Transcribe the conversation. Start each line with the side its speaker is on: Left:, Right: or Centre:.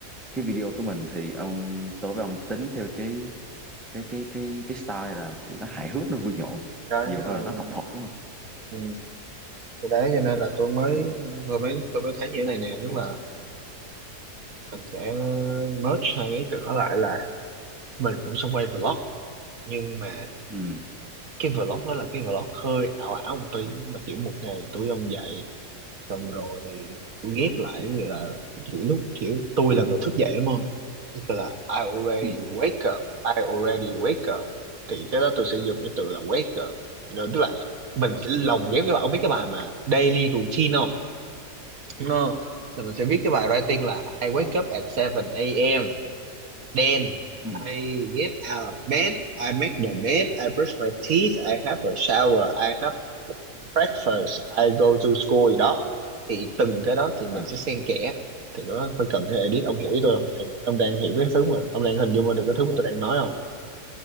Centre: cái video của mình thì ông tôi với ông tính theo cái cái cái cái cái style là kiểu nó hài hước nó vui nhộn
Right: cái
Centre: nhiều hơn
Right: ờ,
Centre: là nó học thuật đúng không
Right: ừ, cái đấy cho nên là tôi mới
Centre: thì
Right: vừa mới tôi mới thấy như thế này nè tức là mình sẽ merge hai cái ý tưởng đó lại là mình cũng sẽ quay vlog nhưng mà
Centre: ừ
Right: cái vlog đó là cái vlog hơi ảo ảo một tí là kiểu một ngày tôi với ông dậy xong rồi kiểu ghép lại như là kiểu lúc kiểu tôi là người thức dậy đúng không Tức là I already
Centre: ừ
Right: wake up I already wake up thì cái đó tôi sẽ dùng cái từ là wake up là tức là mình sẽ lồng ghép cái bài ông biết cái bài mà daily routine không no là mình sẽ viết cái bài writing là I wake
Centre: ờ,
Right: up at 7 a.m Then
Centre: ừ
Right: I get out of bed, I make the bed, I brush my teeth, I have a shower, I have breakfast, I go to school gì đó. Thì từng cái đó thì mình
Centre: ờ,
Right: sẽ xen kẽ. Thì nó phải cần cái edit, ông hiểu ý tôi không? Đang, ông đang hiểu cái thứ mà, ông đang hình dung ra được cái thứ mà tôi đang nói không?